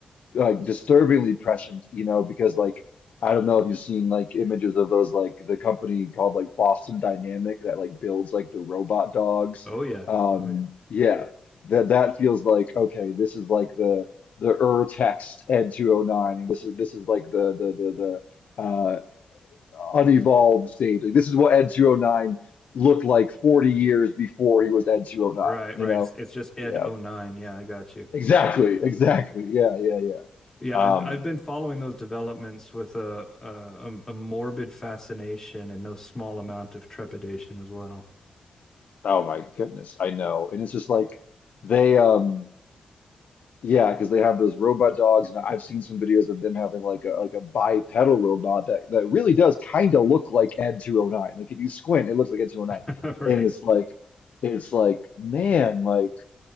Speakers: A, on the left; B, on the left.
A: like disturbingly prescient, you know, because like I don't know if you've seen like images of those like the company called like Boston Dynamic that like builds like the robot dogs.
B: Oh yeah.
A: Um,
B: Oh yeah.
A: yeah, that that feels like okay, this is like the the Ur text Ed 209, and this is this is like the the the the uh unevolved stage. Like this is what Ed 209 looked like 40 years before he was Ed 209,
B: Right,
A: you
B: right.
A: know?
B: It's it's just Ed
A: Yeah.
B: oh nine. Yeah, I got you.
A: Exactly, exactly. Yeah, yeah, yeah.
B: Yeah,
A: Um
B: I've I've been following those developments with a a, a morbid fascination and no small amount of trepidation as well.
A: Oh my goodness, I know. And it's just like they um yeah, because they have those robot dogs and I've seen some videos of them having like a like a bipedal robot that that really does kind of look like Ed 209. Like if you squint, it looks like Ed 209.
B: <laughs> Right.
A: And it's like it's like man, like